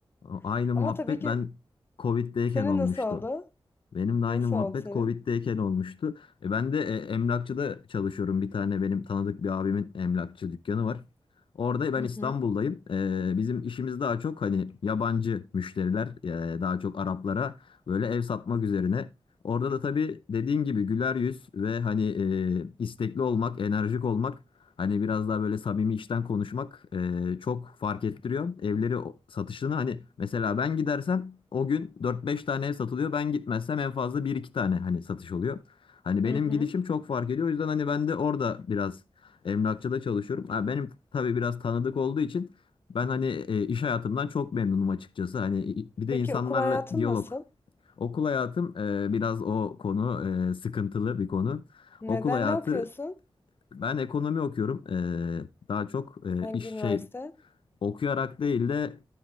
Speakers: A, on the left (about 70°); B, on the left (about 25°).
A: o-
B: <laughs>
A: Aynı
B: Ama
A: muhabbet
B: tabii ki
A: ben Covid'deyken
B: senin
A: olmuştu.
B: nasıl oldu?
A: Benim de aynı
B: Nasıl
A: muhabbet
B: oldu senin?
A: Covid'deyken olmuştu. E ben de e, emlakçıda çalışıyorum. Bir tane benim tanıdık bir abimin emlakçı dükkanı var. Orada ben
B: Hı
A: İstanbul'dayım.
B: hı.
A: E, bizim işimiz daha çok hani yabancı müşteriler, e, daha çok Araplara böyle ev satmak üzerine. Orada da tabii dediğin gibi güler yüz ve hani e, istekli olmak, enerjik olmak Hani biraz daha böyle samimi içten konuşmak e, çok fark ettiriyor. Evleri o- satışını hani mesela ben gidersem o gün dört beş tane ev satılıyor. Ben gitmezsem en fazla bir iki tane hani satış oluyor. Hani benim
B: Hı hı.
A: gidişim çok fark ediyor. O yüzden hani ben de orada biraz emlakçıda çalışıyorum. Ha, benim tabii biraz tanıdık olduğu için ben hani e, iş hayatımdan çok memnunum açıkçası. Hani i- bir
B: Peki
A: de insanlarla
B: okul hayatın
A: diyalog.
B: nasıl?
A: Okul hayatım e, biraz o konu e, sıkıntılı bir konu.
B: Neden
A: Okul hayatı
B: ne okuyorsun?
A: ben ekonomi okuyorum. Ee, daha çok e,
B: Hangi
A: iş
B: üniversite?
A: şey okuyarak değil de